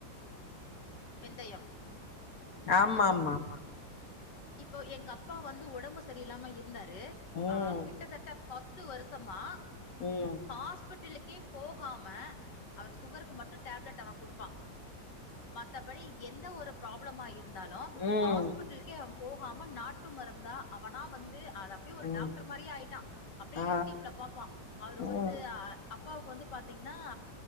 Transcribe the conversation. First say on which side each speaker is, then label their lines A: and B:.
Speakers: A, on the left; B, on the left.
A: வெந்தயம்
B: ஆமா ஆமா
A: இப்போ எங்க அப்பா வந்து ஒடம்பு செரியில்லாம இருந்தாரு
B: ம்
A: ஆ கிட்டத்தட்ட பத்து வருஷமா
B: ம்
A: ஹாஸ்பெட்டலுக்கே போகாம அவரு சுகருக்கு மட்டு டேப்லெட் அவ குடுப்பா மத்த படி எந்த ஒரு பிராப்ளமா இருந்தாலு
B: ம்
A: ஹாஸ்பிட்டலுக்கே அவ போகாம நாட்டு மருந்தா அவனா வந்து து அது அப்டியே ஒரு
B: ம்
A: டாக்டர் மாரியே ஆயிட்டா அப்டியே
B: ஆ
A: யூடிப்ல பாப்பா அவருக்கு
B: ம்
A: வந்து ஆ அப்பாவுக்கு வந்து பாத்தீங்ன்னா